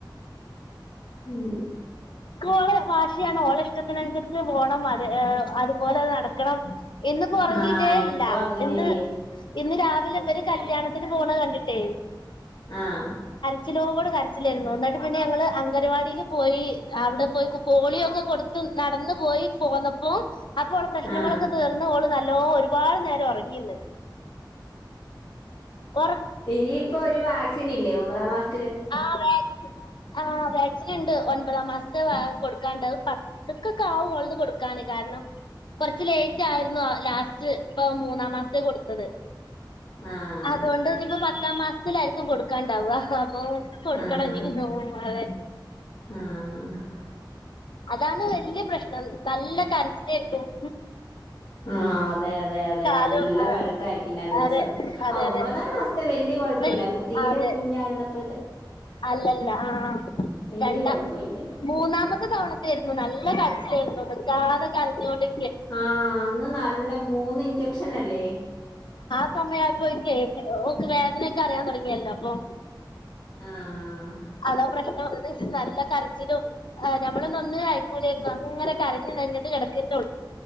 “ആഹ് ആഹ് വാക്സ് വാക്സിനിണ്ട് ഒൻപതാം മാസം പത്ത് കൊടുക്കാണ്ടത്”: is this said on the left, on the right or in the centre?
Left